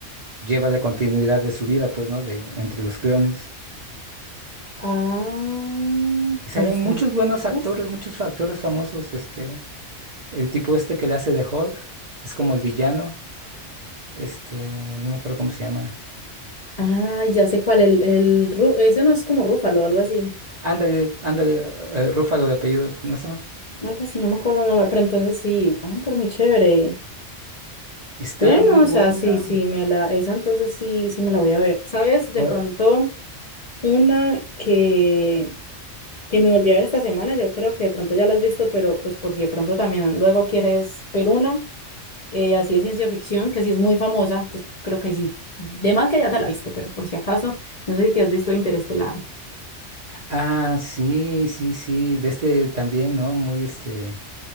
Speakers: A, on the right (about 45°); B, on the left (about 45°).
A: lleva la continuidad de su vida, pues, ¿no? De entre los clones.
B: Ah,
A: Y salen
B: pero está.
A: muchos buenos actores,
B: Uf.
A: muchos actores famosos, este. El tipo este que le hace de Hulk es como el villano. Este, no me acuerdo cómo se llama.
B: Ah, ya sé cuál, el, el, ru- ese no es como Rúfalo o algo así.
A: Ándale, ándale, eh, eh, Rúfalo de apellido. No sé,
B: Algo así, no me acuerdo el nombre, pero entonces sí. Ah, pero muy chévere.
A: está
B: Bueno,
A: muy buena.
B: o sea, sí, sí, me la, esa entonces sí, sí me la voy a ver. ¿Sabes? De
A: O-
B: pronto, una que que me volví a ver esta semana, yo creo que de pronto ya la has visto, pero pues por si de pronto también luego quieres ver una, eh, así de ciencia ficción, que sí es muy famosa, entonces creo que sí, de más que ya te la viste, pero por si acaso, no sé si te has visto Interestelar.
A: ah, sí, sí, sí. De este también, ¿no? Muy este.